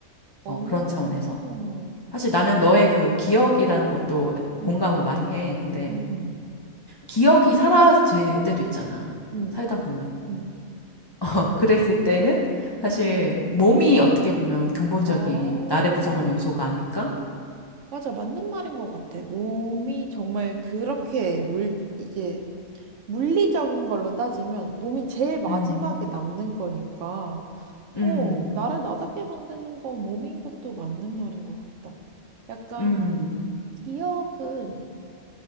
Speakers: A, on the right (about 65°); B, on the left (about 30°).
A: 오,
B: 어, 그런 차원에서. 사실 나는 너의 그 기억이라는 것도
A: 음,
B: 공감을 많이 해. 근데
A: 음, 음,
B: 기억이 사라질 때도 있잖아.
A: 음,
B: 살다 보면.
A: 음.
B: <laughs> 어, 그랬을 때는 사실 몸이 어떻게 보면 근본적인
A: 아오.
B: 나를 구성하는 요소가 아닐까?
A: 맞아, 맞는 말인 것 같아. 몸이 정말 그렇게 물, 이게 물리적인 걸로 따지면 몸이 제일 마지막에
B: 음,
A: 남는 거니까,
B: 음,
A: 어, 나를 나답게 만드는 건 몸인 것도 맞는 말인 것 같다. 약간
B: 음,
A: 기억은